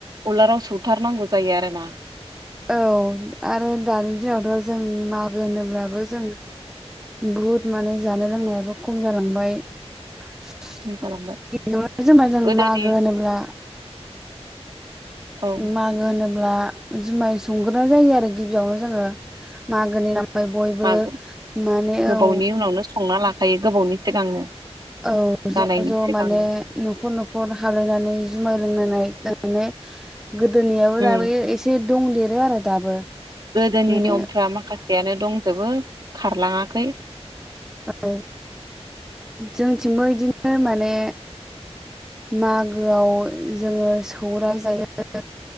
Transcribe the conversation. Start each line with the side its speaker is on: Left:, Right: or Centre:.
Right: उलाराव सुथारनांगौ जायो आरोना
Centre: औ आरो दानि दिनावथ जों मागो होनोब्लाबो जों बहुद माने जानाय लोंनायाबो खम जालांबाय ग
Right: जालांबाय
Centre: जेनेबा जों
Right: गोदोनि
Centre: मागो होनोब्ला
Right: औ
Centre: मागो होनोब्ला जुमाय संग्रोनाय जायो आरो गिबियावनो जोङो मागोनि नाम ओमफ्राय बयबो
Right: मागो
Centre: माने
Right: गोबावनि
Centre: औ
Right: उनावनो संना लाखायो गोबावनि सिगांनो
Centre: औ ज
Right: जानायनि
Centre: ज
Right: सिगांनो
Centre: माने नखर नखर हालायनानै जुमाय लोंनानै गोदोनियाबो
Right: उम
Centre: दाबो एसे दंदेरो आरो दाबो
Right: गोदोनि
Centre: माने
Right: नियमफ्रा माखासे फिसायानो दंजोबो खारलाङाखै
Centre: औ जोंथिंबो इदिनो माने मागोआव जोङो सौराय जायो